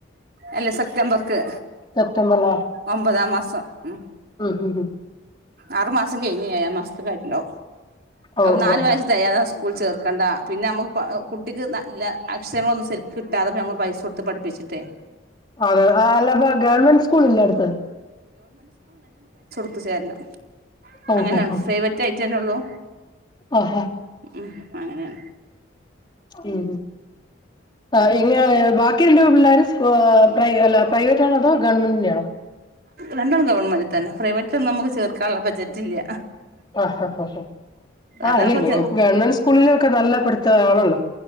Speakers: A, on the right; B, on the left.
A: അല്ല സെപ്റ്റംബർക്ക്
B: സെപ്റ്റംബറി
A: ഒമ്പതാം മാസം ഉം
B: ഹും ഹും
A: ആറു മാസം കഴിഞ്ഞ് ഏഴാം മാസത്തക്കായിട്ടുണ്ടാവും
B: ഓ
A: അവ് നാല്
B: ഓ ഓ
A: വയസ് തെകയാതെ സ്കൂൾ ചേർക്കേണ്ട പിന്നെ നമുക്ക് കുട്ടിക്ക് നല്ല അക്ഷരങ്ങളൊന്നും ശരിക്കും കിട്ടാതെപ്പോം നമ്മൾ പൈസ കൊടുത്ത് പഠിപ്പിച്ചിട്ടേ
B: അ ആ അല്ലപ്പൊ ഗവൺമെന്റ് സ്കൂൾ ഇല്ലേ അടുത്ത്?
A: ഉപ്പു ചേരണം
B: ഓ
A: അങ്ങനെ
B: ഓ ഓ
A: ഫേവറ്റ് ഐറ്റന്നെള്ളൂ
B: ആഹാ
A: ഉം അങ്ങനെയാണ്
B: ഉം ആ എ ബാക്കി രണ്ട് പെൺപിള്ളേർ പ്ര അല്ല പ്രൈവറ്റ് ആണോ അതോ ഗവൺമെന്റിന്റാണോ?
A: രണ്ടും ഗവൺമെന്റ് തന്നെ പ്രൈവറ്റ് നമുക്ക് ചേർക്കാനുള്ള ബജ റ്റില്ല.
B: ആ ആ ആഹ്
A: അതാണിപ്പോ
B: ഇല്ല
A: ചെ
B: ഗവൺമെന്റ് സ്കൂളില ഒക്കെ നല്ല പഠത്ത ആണല്ലോ